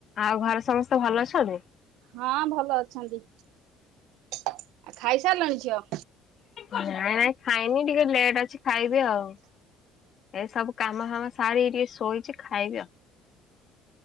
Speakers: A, on the left; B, on the right.
A: ଆଉ ଘରେ ସମସ୍ତେ ଭଲ ଅଛନ୍ତି।
B: ହଁ ଭଲ ଅଛନ୍ତି। ଆଉ ଖାଇସାରିଲେଣି ଝିଅ।
A: ନାଇଁ ନାଇଁ ଖାଇନି ଟିକେ ଲେଟ୍ ଅଛି ଖାଇବି ଆଉ। ଏସବୁ କାମ ଫାମ ସାର ଟିକେ ଶୋଇଛି ଖାଇବି।